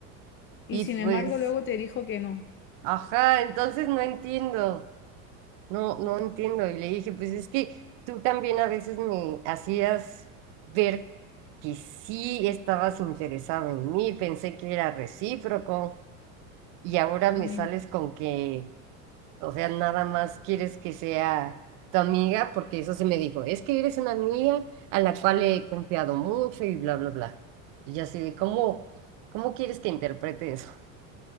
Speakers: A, on the left; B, on the right.
A: Y
B: Y
A: sin
B: pues...
A: embargo luego te dijo que no.
B: Ajá, entonces no entiendo, no, no entiendo. Y le dije, pues es que tú también a veces me hacías ver que sí estabas interesado en mí, pensé que era recíproco y ahora me
A: Ay,
B: sales
A: no.
B: con que, o sea, nada más quieres que sea tu amiga, porque eso se me dijo, es que eres una amiga a la cual he confiado mucho y bla, bla, bla. Y yo así de, ¿cómo, cómo quieres que interprete eso?